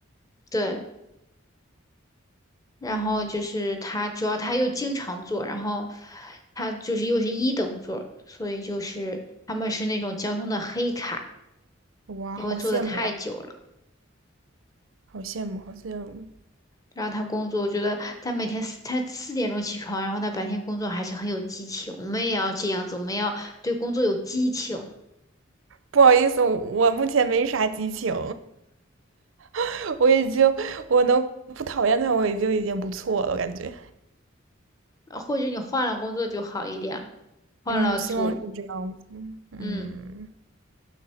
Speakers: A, on the left; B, on the right.
A: 对。然后就是他，
B: 嗯，
A: 主要他又经常坐，然后他就是又是一等座，所以就是他们是那种交通的黑卡，
B: 哇，
A: 因为坐的太久了。
B: 好羡慕啊，好羡慕，好羡慕。
A: 然后他工作，我觉得他每天四他四点钟起床，然后他白天工作还是很有激情。我们也要这样子，我们要对工作有激情，
B: 不好意思，我目前没啥激情，<laughs> 我已经我能不讨厌他，我已经已经不错了，我感觉。
A: 呃或者你换了工作就好一点了，换了组，
B: 嗯，希望是这样子。嗯。嗯
A: 嗯，